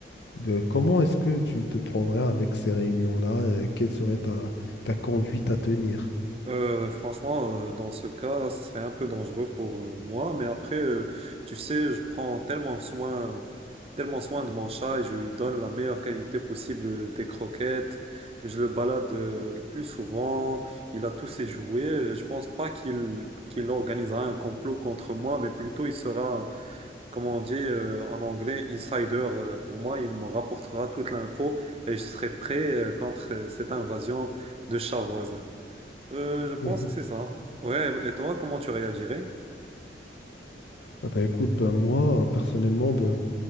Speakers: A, on the left; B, on the right.
A: Euh, comment est-ce que tu te prendrais avec ces réunions-là? euh, Quelle serait ta, ta conduite à tenir?
B: Euh, franchement, euh, dans ce cas, ça serait un peu dangereux pour euh, moi, mais après, euh, tu sais, je prends tellement soin, tellement soin de mon chat et je lui donne la meilleure qualité possible euh, des croquettes. Je le balade euh, le plus souvent, il a tous ses jouets. Je pense pas qu'il qu'il organisera un complot contre moi, mais plutôt il sera comment on dit euh, en anglais, insider, euh, pour moi, il me rapportera toute l'info et je serai prêt euh, contre euh, cette invasion de chats voisins. Euh, je pense
A: Mhm.
B: que c'est ça. Ouais, et toi, comment tu réagirais?
A: Ah bah écoute, bah moi, personnellement, bah,